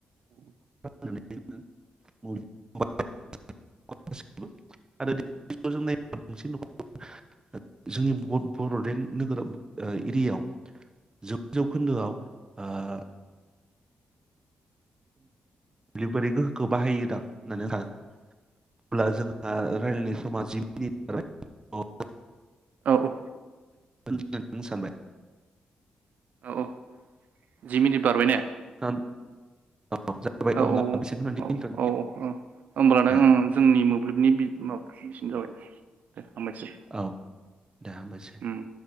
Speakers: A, on the right; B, on the right.
A: औ
B: आरो <unintelligible> नाय बां <unintelligible> जोंनि बड'लेण्ड नोगोर एरियायाव जौ जौखोन्दोआव आरो गोहोखौ बाहायो दां होननानै नोंथाङा ब्ला जोंहा रायलायनि <unintelligible>
A: औ औ
B: <unintelligible>
A: औ औ जि मिनिट बारबाय ने
B: <unintelligible> जाबाय
A: औ औ
B: होमब्ला बेसेबांखिनियावनो
A: औ औ
B: दोनथ'नोसै
A: औ औ होमब्लानो
B: दे
A: जोंनि
B: दे
A: मोब्लिबनि बि उम बिसेन जाबाय दे दे हामबायसै
B: औ दे हामबायसै
A: उम